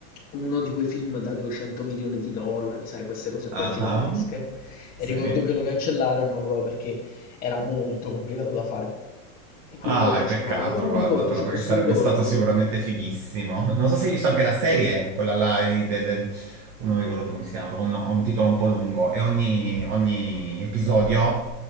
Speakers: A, on the left; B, on the right.
A: uno di quei film da 200 milioni di dollari, sai, queste cose
B: Ah,
A: qua gigantesche. E
B: sì.
A: ricordo che lo cancellarono proprio perché era molto complicato da fare. E quindi
B: Ah,
A: lo cancellarono,
B: è peccato,
A: però
B: guarda,
A: mi ricordo,
B: però,
A: c'è
B: perché
A: questo
B: sarebbe
A: ricordo.
B: stato sicuramente fighissimo. Non so se hai visto anche la serie,
A: Sì,
B: quella là di, del, del- oh, non mi ricordo più come si chiama, però no, ha un titolo un po' lungo e ogni, ogni episodio